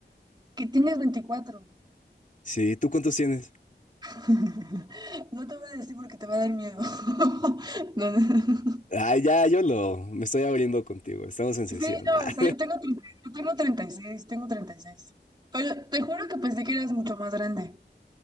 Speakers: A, on the right; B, on the left.
A: que tienes veinticuatro
B: Sí, ¿tú cuántos tienes?
A: <laughs> No te voy a decir porque te va a dar miedo. <laughs> No, no.
B: Ah, ya, yo lo, me estoy abriendo contigo, estamos en sesión.
A: Sí, no,
B: <laughs> Ah,
A: o sea, yo tengo, 30 yo tengo treinta y seis tengo treinta y seis Pero te juro que pensé que eras mucho más grande.